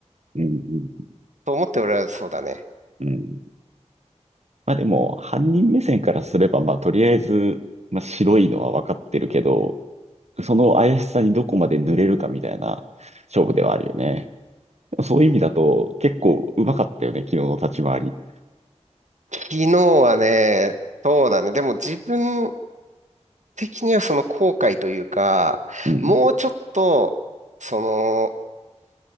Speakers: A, on the right; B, on the right.
A: に。うん、
B: と思って俺はそうだね。
A: うん、うん。まあでも、犯人目線からすれば、まあとりあえず、まあ白いのは分かってるけど、その怪しさにどこまで濡れるかみたいな勝負ではあるよね。そういう意味だと、結構うまかったよね、昨日の立ち回り。
B: 昨日はね、そうだね。でも自分、的にはその後悔というか、
A: うん。
B: もうちょっと、その、